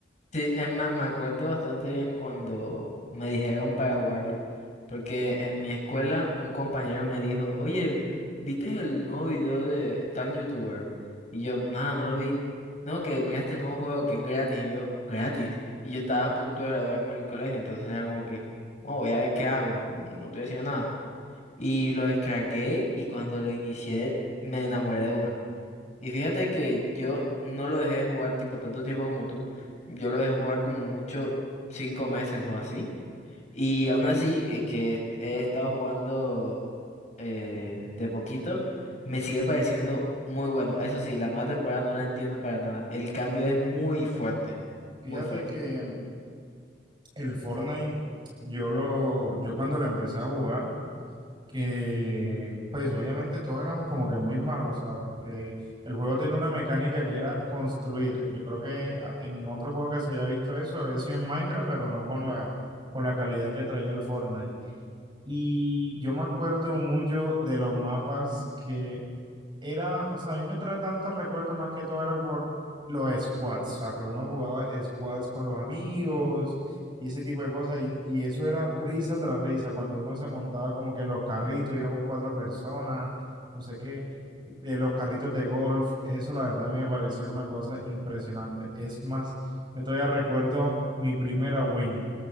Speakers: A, on the left (about 40°); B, on the right (about 25°).
A: Sí, es más, me acuerdo bastante bien cuando me dijeron para jugarlo, porque en mi escuela un compañero me dijo, oye, ¿viste el nuevo video de tal youtuber? Y yo, nada, no lo vi. No, que mira este nuevo juego que es gratis, y yo, gratis. Y yo estaba a punto de graduarme del colegio, entonces era como que, "Oh, voy a ver qué hago, no, no estoy haciendo nada. Y lo descargué y cuando lo inicié me enamoré de una. Y fíjate que yo no lo dejé jugar tipo tanto tiempo como tú. Yo lo dejé jugar como mucho cinco meses o así. Y aún así, eh, que he estado jugando eh, de poquito, me sigue pareciendo muy bueno. Eso sí, la nueva temporada no la entiendo para nada. El cambio es muy fuerte,
B: Fíjate
A: muy fuerte.
B: que el Fortnite, yo lo, yo cuando lo empecé a jugar, que pues obviamente todos éramos como que muy malos, ¿sabes? Porque el juego tenía una mecánica que era construir. Yo creo que ah, en otro juego que se haya visto eso había sido en Minecraft, pero no con la, con la calidad que traía el Fortnite. Y yo me acuerdo mucho de los mapas que era, o sea, a mí me trae tantos recuerdos más que todo era por los squads, o sea, que uno jugaba squads con los amigos y ese tipo de cosas, y, y eso era risa tras risa, cuando uno se montaba como que en los carritos, íbamos cuatro personas, no sé qué, eh, los carritos de golf, eso la verdad a mí me pareció una cosa impresionante. Es más, yo todavía recuerdo mi primera win.